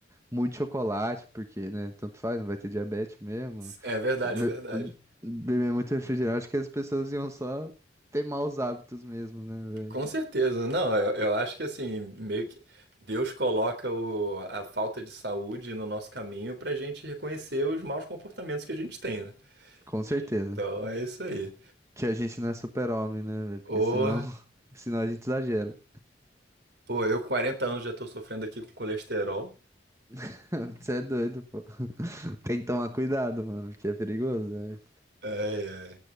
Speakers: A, on the right; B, on the right.
A: muito chocolate, porque, né, tanto faz, não vai ter diabetes mesmo.
B: é verdade,
A: Be-
B: é verdade.
A: beber muito refrigerante, acho que as pessoas iam só ter maus hábitos mesmo, né, velho?
B: Com certeza. Não, eu, eu acho que assim, meio que Deus coloca o- a falta de saúde no nosso caminho pra gente reconhecer os maus comportamentos que a gente tem, né?
A: Com certeza.
B: Então é isso aí.
A: Que a gente não é super-homem, né, velho? Porque
B: Ô,
A: senão, <laughs> senão a gente exagera.
B: pô, eu com 40 anos já tô sofrendo aqui com colesterol.
A: <laughs> Você é doido, pô. <laughs> Tem que tomar cuidado, mano, porque é perigoso, velho.
B: é,